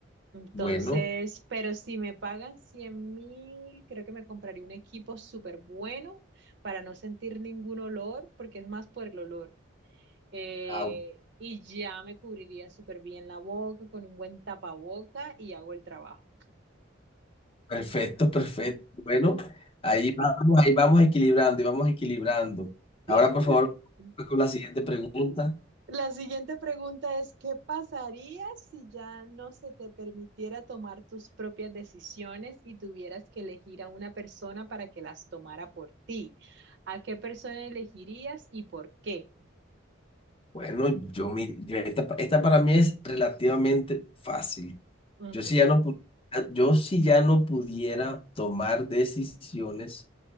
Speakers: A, on the right; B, on the left.
A: Entonces,
B: bueno,
A: pero si me pagan 100 mil, creo que me compraría un equipo súper bueno para no sentir ningún olor, porque es más por el olor. Eh,
B: au,
A: y ya me cubriría súper bien la boca con un buen tapaboca y hago el trabajo.
B: perfecto, perfecto. Bueno, ahí vamos, ahí vamos equilibrando y vamos equilibrando. Ahora,
A: <laughs>
B: por favor, con la siguiente pregunta.
A: La siguiente pregunta es, ¿qué pasaría si ya no se te permitiera tomar tus propias decisiones y tuvieras que elegir a una persona para que las tomara por ti? ¿A qué persona elegirías y por qué?
B: Bueno, yo, mi- yo- esta, esta para mí es relativamente fácil.
A: Ujú,
B: Yo si ya no, pu- ah, yo si ya no pudiera tomar decisiones